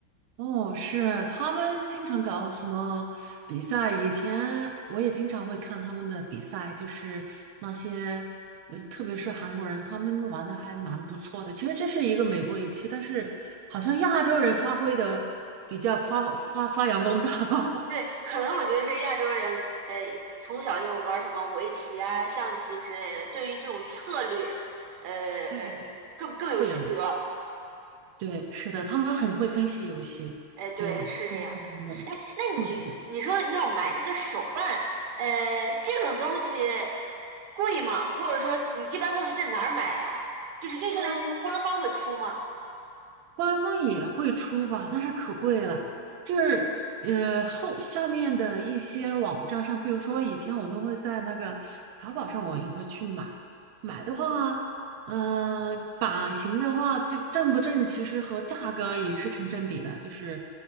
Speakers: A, on the right; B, on the right.
A: 哦，是，他们经常搞什么比赛，以前我也经常会看他们的比赛，就是那些，呃特别是韩国人，他们玩的还蛮不错的。其实这是一个美国游戏，但是好像亚洲人发挥的比较发发发扬光大。<laughs>
B: 对，可能我觉得是亚洲人，呃，从小就玩什么围棋啊、象棋之类的，对于这种策略，呃呃，
A: 对对
B: 更更有心得。
A: 对，有，对，是的，他们很会分析游戏，
B: 哎，对，
A: 就分析里面的数据。
B: 是这样的。哎，那你你说你要买那个手办，呃，这种东西贵吗？或者说你一般都是在哪儿买呀？就是英雄联盟它官方会出吗？
A: 啊，官方也会出吧，但是可贵了。就是呃，后下面的一些网站上，比如说以前我们会在那个淘宝上，我也会去买。买的话，
B: 嗯，
A: 嗯、版型的话，就正不正，其实和价格也是成正比的。就是